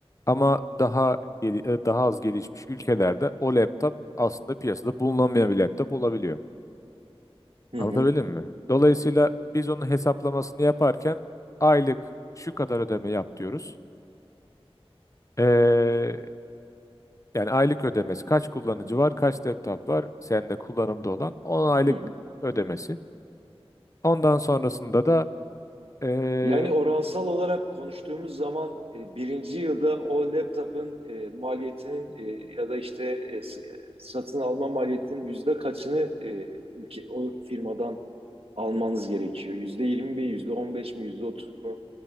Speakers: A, on the left; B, on the right.
A: Ama daha geli- e, daha az gelişmiş ülkelerde o laptop aslında piyasada bulunamayan bir laptop olabiliyor.
B: hı
A: Anlatabildim
B: hı,
A: mi? Dolayısıyla biz onun hesaplamasını yaparken aylık şu kadar ödeme yap diyoruz. Ee, yani aylık ödemesi kaç kullanıcı var, kaç laptop var sende kullanımda olan on aylık
B: hı hı.
A: ödemesi. Ondan sonrasında da ee,
B: Yani oransal olarak konuştuğumuz zaman e, birinci yılda o laptopun e, maliyetinin e, ya da işte e, s- e, satın alma maliyetinin yüzde kaçını e, ülke, o firmadan almanız gerekiyor? Yüzde yirmi mi, yüzde on beş mi, yüzde otuz mu,